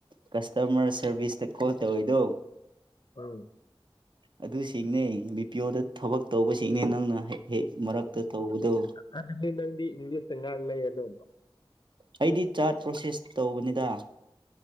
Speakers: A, on the right; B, on the left.
A: ꯀꯁꯇꯃꯔ ꯁꯔꯚꯤꯁꯇ ꯀꯣꯜ ꯇꯧꯋꯤꯗꯣ
B: ꯎꯝ
A: ꯑꯗꯨ ꯁꯤꯡꯅꯦ ꯕꯤ ꯄꯤ ꯑꯣꯗ ꯊꯕꯛ ꯇꯧꯕ ꯁꯤꯡꯅꯦ ꯅꯪꯅ ꯍꯦꯛ ꯍꯦꯛ ꯃꯔꯛꯇ ꯇꯧꯕꯗꯣ
B: ꯍꯥꯟꯅꯗꯤ ꯅꯪꯗꯤ ꯏꯪꯂꯤꯁꯇ ꯉꯥꯡ ꯂꯩꯌꯦ ꯑꯗꯣ
A: ꯑꯩꯗꯤ ꯆꯥꯔꯠ ꯄ꯭ꯔꯣꯁꯦꯁ ꯇꯧꯕꯅꯤꯗ